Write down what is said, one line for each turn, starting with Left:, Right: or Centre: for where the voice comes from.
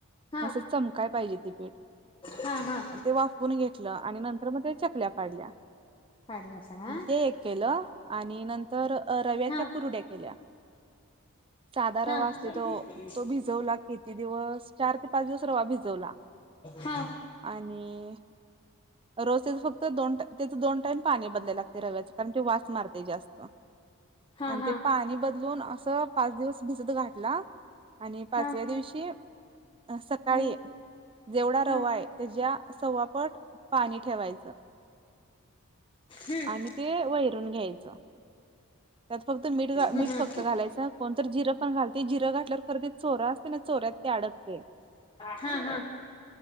Left: हा
Right: अस चमकाला पाहिजे ती पीठ
Left: हा
Right: ते अ वाफून घेतल्या अ आणि नंतर म त्या चकल्या पाडल्या.
Left: काढलं सगळा
Right: ते एक केलं आणि अ नंतर रव्याच्या
Left: हा
Right: कुरड्या केल्या. साधा रवा
Left: हा
Right: असते तोअ तोअ भिजवला किती दिवस चार ते पाच दिवस रवा भिजवला
Left: हा.
Right: आणि रोसेज फक्त दोनटया त्याच दोन टाईम पाणी बदलाय लागतेअ रव्याचंं कारण ते वास मारतेअ जास्त
Left: हा
Right: आणि
Left: हा
Right: ते पाणी ब बदलून असं पाच दिवसअ भिजत घातला आ आणि पाचव्या
Left: हा
Right: दिवशी अ सकाळी
Left: ह
Right: जेवढाअ रवा
Left: ह ह
Right: हाय त्याच्या सव्वा पट पाणी ठेवायचं
Left: हम्म
Right: आणि ती वै धून घ्यायचंय. त्यात फक्तमीठ
Left: हम्
Right: मीठ फक्त घालायचं कोणत अ जिरं पण घालायच जिरं घातल्यावर खरं ते सोडा असते ना सोड्यात ते अडकते.
Left: हा हा.